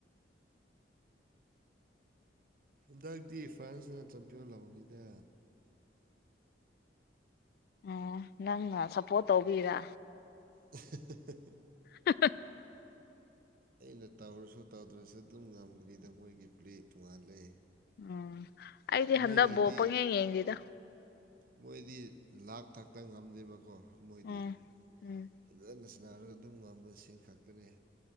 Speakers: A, on the right; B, on the left.
A: ꯍꯟꯗꯥꯛꯇꯤ ꯐ꯭ꯔꯥꯟꯁꯅ ꯆꯝꯄꯤꯌꯟ ꯂꯧꯅꯤꯗ
B: ꯑꯣ ꯅꯪꯅ ꯁꯞꯄꯣꯔꯠ ꯇꯧꯕꯩꯔꯥ
A: ꯑ <unintelligible>
B: ꯍ ꯍꯥ
A: ꯑꯩꯅ ꯇꯥꯎꯔꯁꯨ ꯇꯥꯎꯗ꯭ꯔꯁꯨ ꯑꯗꯨꯝ ꯉꯝꯒꯅꯤꯗ ꯃꯣꯏꯒꯤ ꯄ꯭ꯦꯜ ꯇꯣꯉꯥꯜꯂꯦ
B: ꯎꯝ ꯑꯩꯗꯤ
A: ꯃꯣꯏꯒꯤꯗꯤ
B: ꯍꯟꯗꯛ ꯕꯣꯜ ꯄꯪꯌꯦꯡ ꯌꯦꯡꯗꯦꯗꯥ
A: ꯃꯣꯏꯗꯤ ꯂꯥꯛ ꯊꯛꯇ ꯉꯝꯗꯦꯕꯀꯣ ꯃꯣꯏꯗꯤ
B: ꯎꯝ ꯎꯝ
A: ꯐꯖꯅ ꯁꯅꯥꯔꯒ ꯑꯗꯨꯝ ꯉꯝꯕꯁꯤꯡ ꯈꯛꯇꯅꯤ